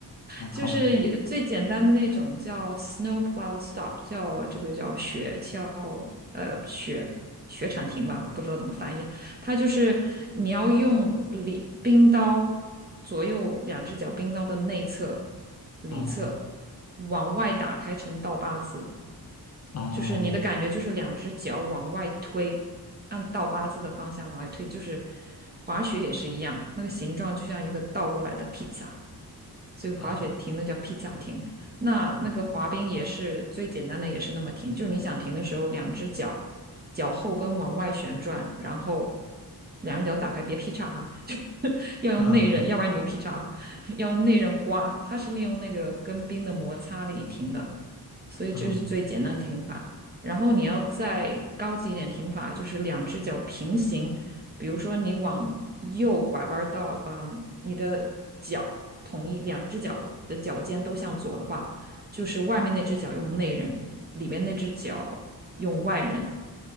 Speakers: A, on the left; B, on the right.
A: 嗯，
B: 就是也最简单的那种叫
A: 好，
B: snow plow stop，叫这个叫雪橇呃雪雪铲停吧，我不知道怎么翻译啊。它就是你要用里冰刀左右两只脚冰刀的内侧、里侧
A: 哦
B: 往外打开成倒八字。
A: 哦
B: 就是你的感觉就是两只脚往外推，按倒八字的方向往外推，就是滑雪也是一样，那个形状就像一个倒过来的披萨。所以滑雪停那叫披萨停。
A: 啊，
B: 那那个滑冰也是最简单的，也是那么停，就你想停的时候，两只脚脚后跟往外旋转，然后两只脚打开，别劈叉哈，<laughs> 就要用内刃，
A: 嗯
B: 要不然你就劈叉，要用内刃刮。它是利用那个跟冰的摩擦力停的，所以这是最简单的停法。
A: 嗯
B: 然后你要再高级一点停法，就是两只脚平行，比如说你往右拐弯到，嗯，你的脚同一两只脚的脚尖都向左的话，就是外面那只脚用内刃，里面那只脚用外刃